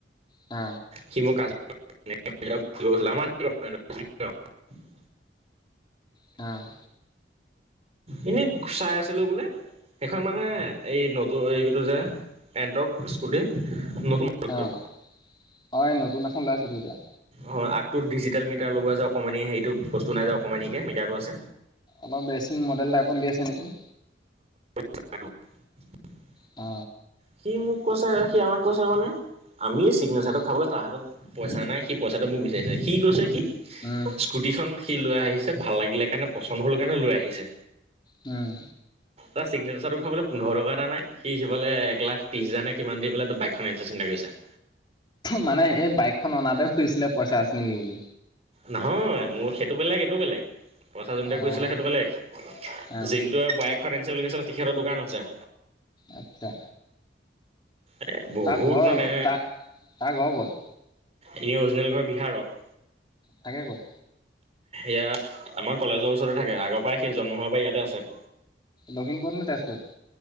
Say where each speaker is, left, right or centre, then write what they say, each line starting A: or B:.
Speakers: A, on the left (about 25°); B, on the right (about 35°).
A: অ
B: সি মোক আজি <unintelligible>
A: অ
B: এনেই চাই আছিলো বোলে সেইখন মানে এই নতুন এইটো যে এণ্টক স্কুটি নতুন নতুন
A: অ', এই নতুন এখন ওলাইছেতো এতিয়া।
B: হয় আগ টো ডিজিটেল মিটাৰ লগোৱা যায় অকণমানি সেইটো বস্তু নাই যে অকমানিকে মিটাৰটো আছে
A: অলপ ৰেচিং মডেল টাইপত ওলিয়াই ছে নেকি
B: <unintelligible>
A: অ
B: সি মোক কৈছে সি আমাক কৈছে মানে আমি এ চিগনেচাৰটো
A: উম,
B: খাবলৈ মানে। তাহাতত পইচা নাই সি পইচাটো মোক বিচাৰিছে স কৈছে কি।
A: উম।
B: স্কুটিখন সি লৈ আহিছে ভাল লাগিলে কাৰণে পচন্দ হ'ল কাৰণে লৈ আহিছে।
A: উম।
B: তাৰ চিগনেচাৰ টো খাবলৈ পোন্ধৰ টকা এটা নাই সি সিফালে। এক লাখ তিছ হাজাৰে কিমান দি পেলাই ত বাইকখন আনিছে চিন্তা কৰি চা?
A: মানে এই বাইকখন অনাপাই শুইছিলে পইচা আছে নেকি বুলি?
B: নহয় মোৰ সেইটো বেলেগ এইটো বেলেগ। পইচা যোনটোৱে
A: অ',
B: খোজিছিলে সেইটো বেলেগ
A: অ',
B: যোনটোৱে বাইক। ফাইনেন্ঞ্চিয়েল তেখেতৰ দোকান আছে।
A: আচ্ছা
B: এ বহুত
A: তাৰ ঘৰ
B: মানে
A: তাৰ তাৰ ঘৰ ক'ত?
B: এনে অৰিজিনেল ঘৰ বিহাৰত।
A: থাকে ক'ত?
B: ইয়াত আমাৰ কলেজৰ ওচৰতে থাকে আগৰ পৰাই সেই জন্ম হোৱাৰ পৰা ইয়াতে আছে।
A: লখিমপুৰত নে তেজপত?